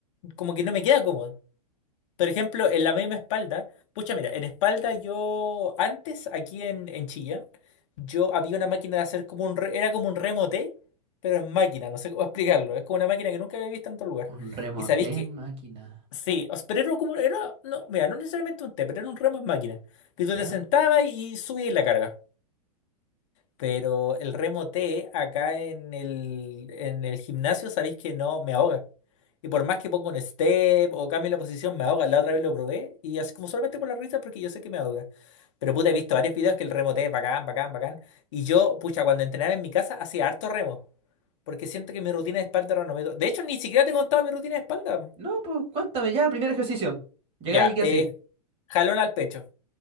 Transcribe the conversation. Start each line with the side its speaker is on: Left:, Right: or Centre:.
Left: como que no me queda cómodo. Por ejemplo, en la misma espalda, pucha, mira, en espalda yo antes, aquí en, en Chillán, yo había una máquina de hacer como un, re- era como un remote, pero en máquina, no sé cómo <laughs> explicarlo, es como una máquina que nunca había visto en otro lugar.
Right: Un remote
Left: Y sabéis que
Right: en máquina.
Left: Sí, o sea, pero era como, era, no, mira, no necesariamente un T, pero era un remo en máquina, que tú
Right: ¿Ya?
Left: te sentabas y subías la carga. Pero el remo T acá en el, en el gimnasio, sabéis que no me ahoga. Y por más que ponga un step o cambie la posición, me ahoga. La otra vez lo probé y así como solamente por la risa, porque yo sé que me ahoga. Pero puta, he visto varios videos que el remo T es bacán, bacán, bacán. Y yo, pucha, cuando entrenaba en mi casa, hacía harto remo. Porque siento que mi rutina de espalda era no me... do- De hecho, ni siquiera te he contado mi rutina de espalda.
Right: No, pues cuéntame ya, primer ejercicio. Llegáis
Left: Ya,
Right: y qué
Left: eh,
Right: así.
Left: jalón al pecho.